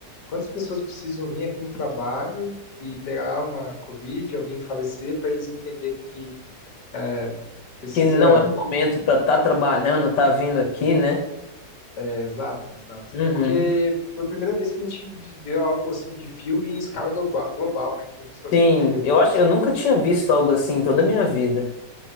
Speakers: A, on the left; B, on the left.
A: quantas pessoas precisam vir aqui no trabalho e pegar uma Covid, alguém falecer, para eles entenderem que é, precisa.
B: que não é um momento pra estar trabalhando, tá vindo aqui, né?
A: é, exato, exato.
B: Uhum.
A: Porque foi a primeira vez que a gente viveu algo assim de filme em escala globa- global, né? Que a gente só via
B: Sim,
A: em filme
B: eu acho,
A: isso.
B: eu nunca
A: né?
B: tinha visto algo assim em toda a minha vida,